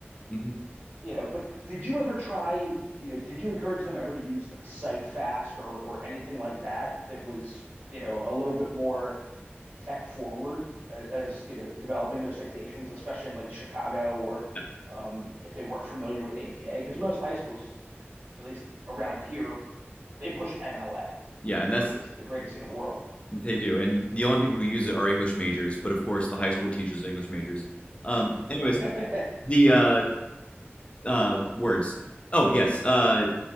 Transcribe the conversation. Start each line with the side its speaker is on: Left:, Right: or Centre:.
Left: hmm
Right: You know, but did you ever try? You know, did you encourage them ever to use like Cite Fast or or anything like that that was you know a little bit more tech forward as, as you know developing their citations, especially in like Chicago or
Left: yeah,
Right: um, if they weren't familiar with APA, because most high schools, at least around here, they push MLA
Left: yeah. And
Right: like
Left: that's
Right: it's the greatest thing in the world.
Left: they do. And the only people who use it are English majors, but of course the high school teachers are English majors. Um, anyways,
Right: <laughs> oh
Left: the uh, uh, words. Oh yes, uh,